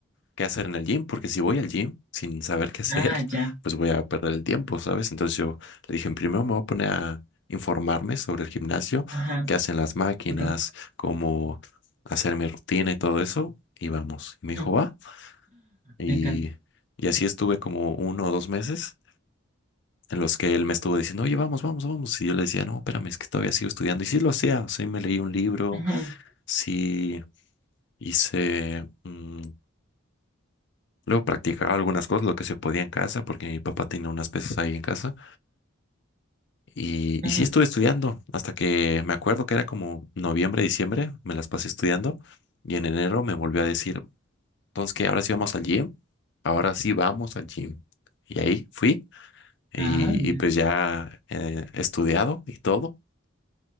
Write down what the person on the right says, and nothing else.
Ah,
ya.
Ajá,
tu ru-
ujú.
Me encanta.
Ujú,
ujú.
Ah, mira.